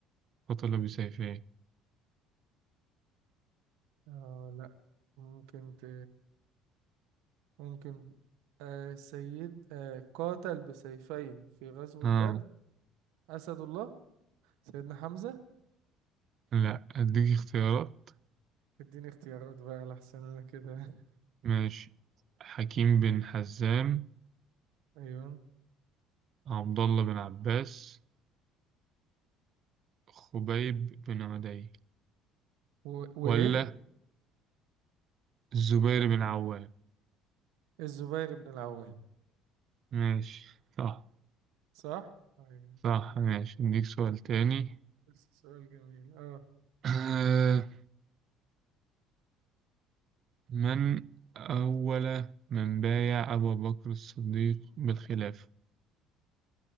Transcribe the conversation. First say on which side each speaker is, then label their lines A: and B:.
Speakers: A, on the right (about 50°); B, on the right (about 80°).
A: قاتل بسيفين
B: آه لا ممكن ت... ممكن آه سيد آه قاتل بسيفين في غزوة
A: آه
B: بدر أسد الله سيدنا حمزة
A: لا أديك اختيارات
B: اديني اختيارات بقى لحسن انا كده <laughs>
A: ماشي حكيم بن حزام
B: ايوه
A: عبد الله بن عباس خبيب بن عدي
B: و... وايه
A: ولا الزبير بن عوام
B: الزبير بن العوام
A: ماشي صح
B: صح طيب
A: صح
B: جميل
A: ماشي أديك سؤال تاني
B: بس سؤال جميل اه
A: آه من أول من بايع أبو بكر الصديق بالخلافة